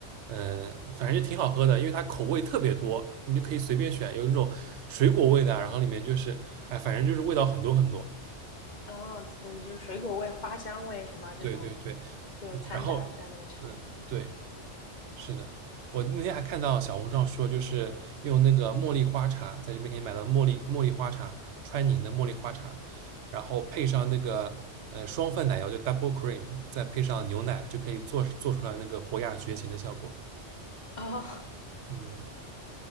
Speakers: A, on the right; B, on the left.
A: 嗯、呃反正就挺好喝的，因为它口味特别多，你就可以随便选，有那种水果味的啊然后里面就是，哎，反正就是味道很多很多。
B: 啊，嗯，就是水果味、花香味什么这种，
A: 对对对，
B: 就掺杂在那个茶里面。
A: 嗯，然后，嗯，对，是的，我那天还看到小红书上说，就是用那个茉莉花茶，在这边可以买到茉莉茉莉花茶，川宁的茉莉花茶，然后配上那个呃双份奶油，就 double cream，再配上牛奶，就可以做做出来那个博雅绝情的效果。
B: 哦，
A: 嗯